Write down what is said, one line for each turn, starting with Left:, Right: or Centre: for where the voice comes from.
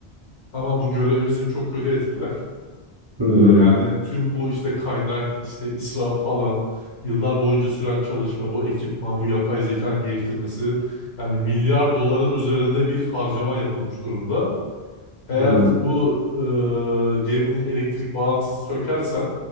Left: ama bu görevimizi çok kötü etkiler.
Right: Hı hı.
Left: Ee, yani tüm bu işte kaynak, işte israf falan, yıllar boyunca süren çalışma, bu ekipman, bu yapay zekanın geliştirmesi, yani milyar doların üzerinde bir harcama yapılmış durumda. Eğer
Right: Hı hı.
Left: bu e, geminin elektrik bağlantısını sökersen,